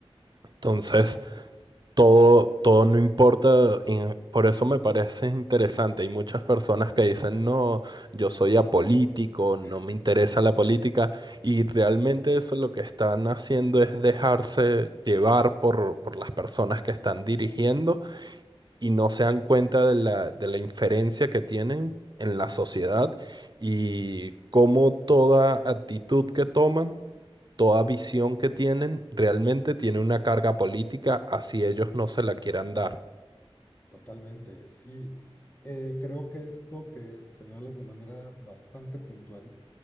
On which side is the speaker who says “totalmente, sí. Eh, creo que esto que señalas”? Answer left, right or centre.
Left